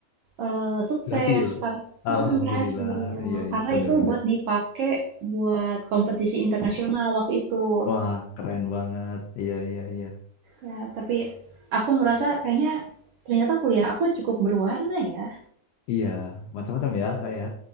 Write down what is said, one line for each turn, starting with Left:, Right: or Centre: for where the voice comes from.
Right: eh, sukses
Left: Berhasil.
Right: karena
Left: Alhamdulillah.
Right: berhasil.
Left: Iya, iya,
Right: Karena
Left: benar-benar.
Right: itu buat dipakai buat kompetisi internasional waktu itu.
Left: Wah, keren banget. Iya, iya, iya.
Right: Ya, tapi aku ngerasa kayaknya ternyata kuliah aku cukup berwarna ya.
Left: Iya, macam-macam ya, Kak ya.